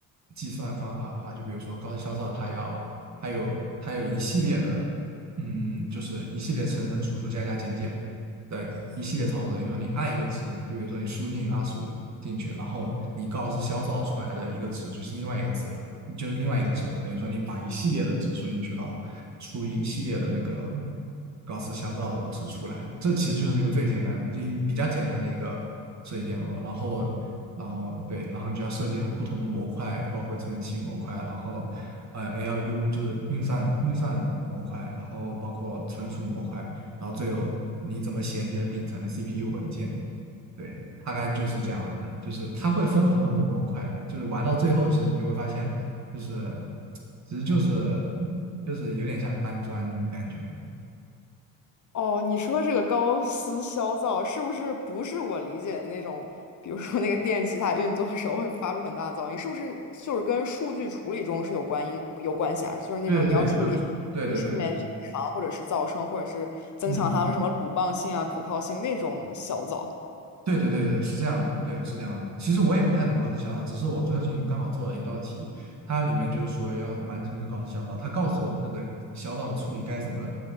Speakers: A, on the right; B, on the left.
A: 计算方法的话，就比如说高斯消噪，它要它有它有一系列的，嗯，就是一系列层层除除加加减减的一系列操作。比如说你按一个值，就比如说你输进二十五进去，然后你高斯消噪出来的一个值就是另外一个值了，就是另外一个值了，等于说你把一系列的值输进去，了。出一系列的那个高斯消噪值出来。这其实就是一个最简单、比比较简单的一个设计电路。然后，然后对，然后你就要设计很不同的模块，包括计算器模块，然后呃 ALU 就是运算运算模块，然后包括存储模块，然后最后你怎么写你的顶层的 CPU 文件。对，大概就是这样的，就是它会分很多很多模块的，就是玩到最后，其实你就会发现，就是其实就是就是有点像搬砖那种感觉了。
B: 哦，你说这个高斯消噪，是不是不是我理解的那种？比如说那个电器它运作的时候会发出很大的噪音，是不是就是跟数据处理中是有关因有关系啊？就是那种你要处理
A: 对对，就对对对，
B: 数据里面异常，或者是噪声，或者是增强它们什么鲁棒性啊、
A: 嗯。
B: 可靠性那种小噪。
A: 对对对对是这样的，对，是这样的。其实我也不太懂高斯小导，只是我最近刚好做了一道题，它里面就是说要完成这个高斯小导，它告诉我那个小导的处理该怎么